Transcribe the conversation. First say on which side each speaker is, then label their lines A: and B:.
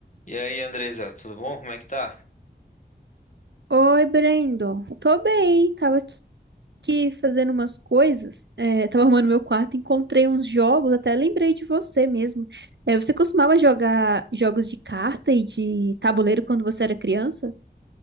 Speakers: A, on the left (about 45°); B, on the right (about 75°).
A: E aí, Andresa, tudo bom? Como é que tá?
B: Oi, Brendo. Tô bem, tava aqui aqui fazendo umas coisas, é, tava arrumando meu quarto, encontrei uns jogos, até lembrei de você mesmo. É, você costumava jogar jogos de carta e de tabuleiro quando você era criança?